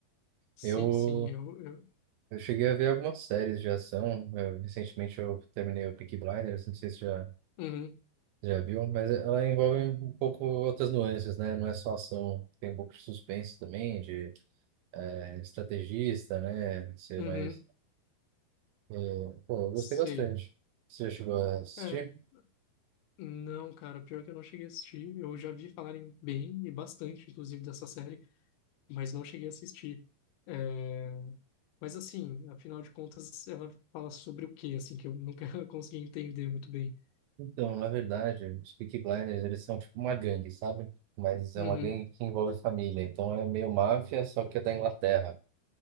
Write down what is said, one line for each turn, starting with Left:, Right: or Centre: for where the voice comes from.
Left: sim,
Right: Eu,
Left: sim, eu, eu,
Right: eu cheguei a ver algumas séries de ação. Eu- recentemente eu terminei o Peaky Blinders, não sei se já,
Left: uhum,
Right: já viu, mas ela envolve um pouco outras nuances, né? Não é só ação, tem um pouco de suspense também, de é, estrategista, né? Não sei,
Left: uhum,
Right: mas... é, pô, eu gostei
Left: sei.
Right: bastante. Você já chegou a assistir?
Left: É, não, cara, pior que eu não cheguei a assistir, eu já vi falarem bem e bastante, inclusive, dessa série. mas não cheguei a assistir. É, Mas assim, afinal de contas, ela fala sobre o quê, assim, que eu nunca <laughs> consegui entender muito bem.
Right: Então, na verdade, os Peaky Blinders, eles são tipo uma gangue, sabe? Mas é
Left: Uhum,
Right: uma gangue que envolve família, então é meio máfia, só que é da Inglaterra.